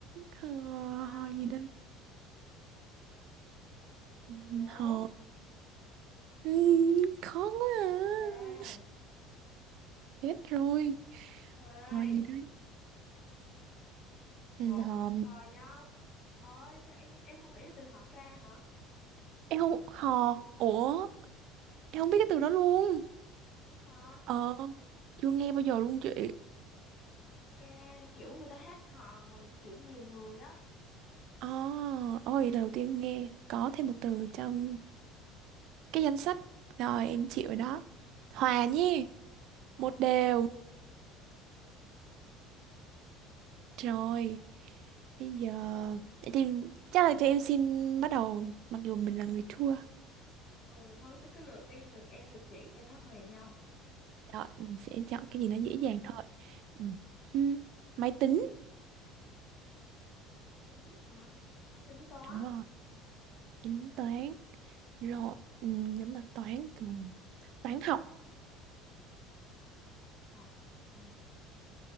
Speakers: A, on the right; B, on the left.
A: Hò,
B: năm
A: hò gì đây? Ừ,
B: bốn
A: Hò, ừ, khó quá à.
B: ba
A: Hết rồi,
B: hai
A: hò gì đây?
B: một
A: Ừ, hò,
B: hò nhá ơi sao em em không nghĩ là từ hò ca hả
A: em không, hò, ủa, em không biết cái từ đó luôn.
B: vậy hả
A: Ờ, chưa nghe bao giờ luôn chị.
B: hò ca kiểu người ta hát hò mà kiểu nhiều người á
A: oh, ôi lần đầu tiên em nghe có thêm một từ
B: Ừ,
A: trong cái danh sách. Rồi em chịu rồi đó. Hòa nhi,
B: ok
A: một đều. Rồi, bây giờ để tìm chắc là cho em xin bắt đầu mặc dù mình là người thua.
B: Ừ thôi tôi cứ lượt đi lượt em lượt chị cho nó huề nhau.
A: Rồi, mình sẽ chọn cái
B: Ừ.
A: gì nó dễ dàng thôi. Ừ. Ừ. Máy tính.
B: Tính hả? Tính toán,
A: Đúng rồi, tính toán. Rồi, ừ, nếu mà toán thường toán học.
B: học ờ,